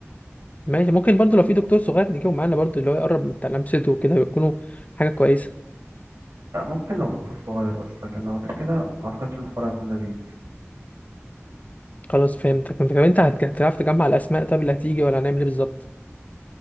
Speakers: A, on the left; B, on the right.
A: ماشي ممكن برضو لو في دكتور صغير نجيبه معانا برضو اللي هو يقرب من لمسته وكده يكونوا حاجة كويسة
B: آه، ممكن لو دكتور صغير بس لكن لو غير كده ما أعتقدش إن الحوار هيكون لذيذ
A: خلاص فهمتك فهمتك. طب انت هت- هتعرف تجمع الأسماء طب اللي هتيجي ولا هنعمل ايه بالظبط